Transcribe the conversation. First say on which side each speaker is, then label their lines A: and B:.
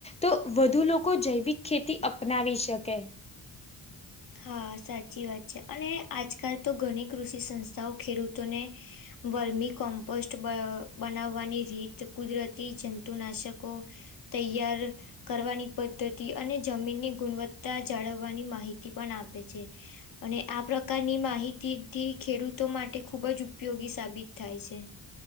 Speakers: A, on the left; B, on the left.
A: તો વધુ લોકો જૈવિક ખેતી અપનાવી શકે.
B: હા સાચી વાત છે અને આજકાલ તો ઘણી કૃષિ સંસ્થાઓ ખેડૂતોને વર્મી કોમ્પોસ્ટ બ અહ બનાવવાની રીત કુદરતી જંતુનાશકો તૈયાર કરવાની પદ્ધતિ અને જમીનની ગુણવત્તા જાળવવાની માહિ તી પણ આપે છે. અને આ પ્રકારની માહિતીથી ખેડૂતો માટે ખુબ જ ઉપયોગી સાબિત થાય છે.